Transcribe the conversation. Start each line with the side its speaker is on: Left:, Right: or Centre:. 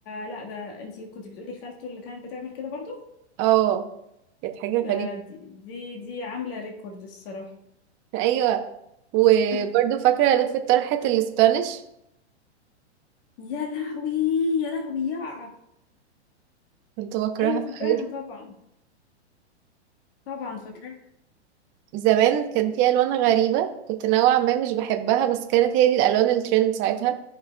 Left: لا ده انتي كنت بتقولي خالته اللي كانت بتعمل كده برضو
Right: اه كانت حاجه
Left: ده
Right: غريبه
Left: دي دي, دي عاملة ريكورد الصراحة
Right: ايوه وبرضه
Left: <laughs>
Right: فاكره لفه طرحه الاسبانيش
Left: يا لهوي يا لهوي يا
Right: كنت بكرهها
Left: ايوه فاكراها
Right: قوي
Left: طبعا طبعا فاكراها
Right: وزمان كان في الوان غريبه كنت نوعا ما مش بحبها بس كانت هي دي الالوان الترند ساعتها